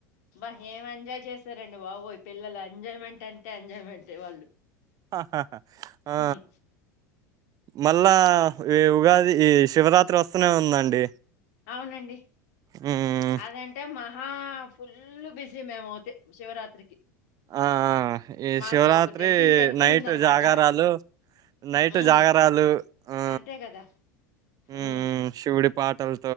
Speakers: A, on the left; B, on the right.
A: అబ్బా ఏం ఎంజాయ్ చేస్ సారండి బాబోయు పిల్లలు ఎంజాయ్మెంట్ అంటే ఎంజాయమెంటే వాళ్ళు
B: హా హా ఆ
A: హుహు.
B: మళ్ళా ఈ ఉగాది ఈ శివరాత్రి వస్తూనే ఉందండి
A: అవునండి
B: హ్మ్
A: అదంటే మహా ఫుల్ బిజీ మేము అవుతే శివరాత్రికి
B: ఆ ఈ
A: మాకు
B: శివరాత్రి
A: ఒక తెలిసిన టెంపులుందనమాట.
B: నైట్ జాగారాలు నైటు
A: హ్మ్.
B: జాగరలు ఆ
A: అంతే గదా! హ్మ్.
B: ఉ ఊ శివుడి పాటల్